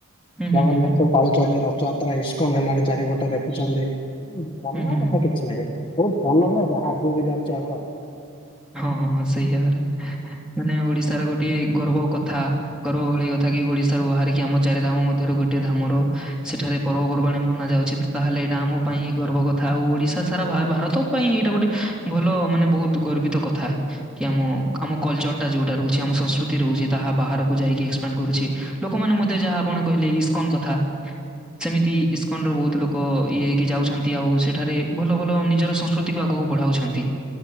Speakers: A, in the centre; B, on the left.
A: ହୁଁ, ହୁଁ,
B: ଜଗନ୍ନାଥ
A: ହୁଁ, ହୁଁ।
B: ପାଳୁଛନ୍ତି ରଥଯାତ୍ରା ଇସ୍କନ ହେଲାଣି ଚାରିପଟେ ଦେଖୁଚନ୍ତି। ମନ
A: ହୁଁ, ହୁଁ,
B: କଥା
A: ହୁଁ।
B: କିଛି ନାହିଁ। ବହୁତ ଭଲ ନୁହେଁ ଯାହା ଆଗକୁ ବି ଯାଉଚି ଆମର।
A: ହଁ ହଁ ସେଇଆ ପରା ମାନେ ଓଡିଶାର ଗୋଟିଏ ଗର୍ବ କଥା। ଗରବ ଭଳି କଥା କି ଓଡିଶାରୁ ବାହାରିକି ଆମ ଚାରି ଧାମ ମଧ୍ୟରୁ ଗୋଟିଏ ଧାମର ସେଠାରେ ପର୍ବପର୍ବାଣି ମନା ଯାଉଛିତ ତାହେଲେ ଏଟା ଆମ ପାଇଁ ଗର୍ବ କଥା ଆଉ ଓଡିଶା ସାରା ଭାରତ ପାଇଁ ଏଇଟା ଗୋଟେ ଭଲ ମାନେ ବହୁତ ଗର୍ବିତ କଥା। କି ଆମ ଆମ କଲଚରଟା ଯୋଉଟା ରହୁଚି। ଆମ ସଂସ୍କୃତି ରହୁଚି। ତାହା ବାହାରକୁ ଯାଇକି ଏକ୍ସପେଣ୍ଡ କରୁଚି। ଲୋକମାନେ ମତେ ଯାହା ଆପଣ କହିଲେ ଇସ୍କନ୍ କଥା। ସେମିତି ଇସ୍କନ ରୁ ବହୁତ ଲୋକ ଇଏ ହେଇକି ଯାଉଛନ୍ତି ଆଉ ସେଠାରେ ଭଲ ଭଲ ନିଜରସ ସ୍ମୃତିକୁ ଆଗକୁ ବଢାଉଛନ୍ତି